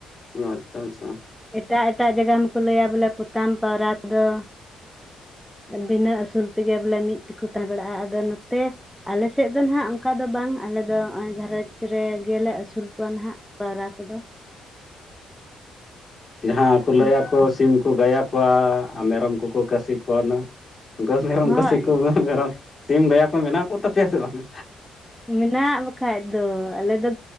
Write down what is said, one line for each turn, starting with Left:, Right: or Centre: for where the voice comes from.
Left: ᱟᱪᱪᱷᱟ ᱟᱪᱪᱷᱟ
Centre: ᱮᱴᱟᱜ ᱮᱴᱟᱜ ᱡᱟᱭᱜᱟ ᱢᱟᱠᱚ ᱞᱟᱹᱭᱟ ᱵᱚᱞᱮ ᱯᱚᱛᱟᱢ ᱯᱟᱣᱨᱟ ᱠᱚ ᱫᱚᱼᱼ ᱵᱤᱱᱟᱹ ᱟᱹᱥᱩᱞ ᱛᱮᱜᱮ ᱵᱚᱞᱮ ᱢᱤᱫ ᱛᱮᱠᱚ ᱛᱟᱦᱮᱸ ᱵᱟᱲᱟᱜᱼᱟ ᱟᱫᱚ ᱱᱚᱛᱮᱼᱼ ᱟᱞᱮᱥᱮᱫ ᱫᱚ ᱱᱟᱦᱱᱟᱜ ᱚᱱᱠᱟ ᱫᱚ ᱵᱟᱝ ᱟᱞᱮ ᱫᱚ ᱱᱚᱭ <inaudible> ᱨᱮᱜᱮᱞᱮ ᱟᱥᱩᱞ᱾ ᱟᱠᱣᱟ ᱱᱟᱦᱟᱜ ᱯᱟᱣᱨᱟ ᱠᱚᱫᱚᱼᱼ
Left: ᱡᱟᱦᱟᱸ ᱠᱚ ᱞᱟᱹᱭᱟ
Centre: ᱦᱮᱸ
Left: ᱠᱚ ᱥᱤᱢᱼᱼ ᱜᱟᱭᱟ ᱠᱚᱣᱟ ᱟᱨ ᱢᱮᱨᱚᱢ ᱠᱚᱠᱚ ᱠᱟᱹᱥᱤ ᱠᱚᱣᱟ ᱱᱟᱝ ᱩᱱᱠᱩ ᱢᱮᱨᱚᱢ
Centre: ᱦᱳᱭ
Left: ᱠᱟᱹᱥᱤ ᱠᱚ ᱢᱮ ᱢᱮᱨᱚᱢᱼᱼ ᱥᱤᱢ ᱜᱟᱭᱟ ᱠᱚ ᱢᱮᱱᱟᱜ ᱠᱚᱛᱟᱯᱮᱭᱟ ᱥᱮ ᱵᱟᱝᱼᱟ?
Centre: ᱢᱮᱱᱟᱜ ᱵᱟᱠᱷᱟᱡ ᱫᱚ ᱟᱞᱮ ᱫᱚ